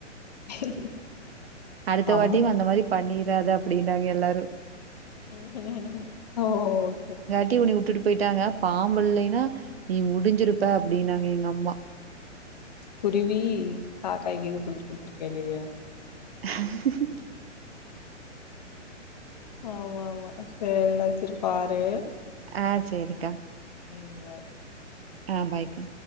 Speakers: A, on the left (about 35°); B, on the right (about 55°).
A: <inaudible>
B: அடுத்த
A: அம்மா
B: வாட்டியும் அந்த மாரி பண்ணிராத அப்டினாங்க எல்லாரு
A: ம் ஓ ஓக்கே
B: <unintelligible> உட்டுட்டு போயிட்டாங்க பாம்பு இல்லைன்னா நீ முடிஞ்சிருப்ப அப்டின்னாங்க எங்க அம்மா
A: குருவி காக்காய்க்கு எது புடிச்சு குடுத்துருக்க வேண்டியதுதா
B: <inaudible>
A: ஆமா ஆமா சரி வச்சிருப்பாரு
B: அ செரிக்கா
A: ம்
B: அ பாய்கா